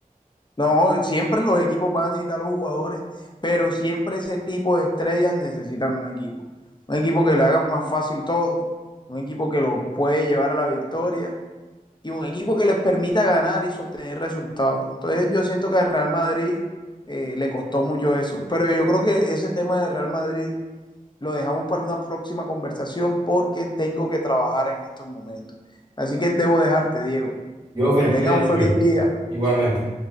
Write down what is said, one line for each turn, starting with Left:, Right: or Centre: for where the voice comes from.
Left: No, siempre los equipos van a necesitar a los jugadores, pero siempre ese tipo de estrellas necesitan un equipo. Un equipo que le haga más fácil todo, un equipo que los puede llevar a la victoria y un equipo que les permita ganar y sostener resultados. Entonces yo siento que al Real Madrid eh, le costó mucho eso, pero yo creo que ese tema de Real Madrid lo dejamos para una próxima conversación porque tengo que trabajar en estos momentos. Así que debo dejarte, Diego.
Right: Yo, Fer,
Left: Que tengas
Right: cuídate
Left: un
Right: mucho.
Left: feliz día.
Right: Igualmente.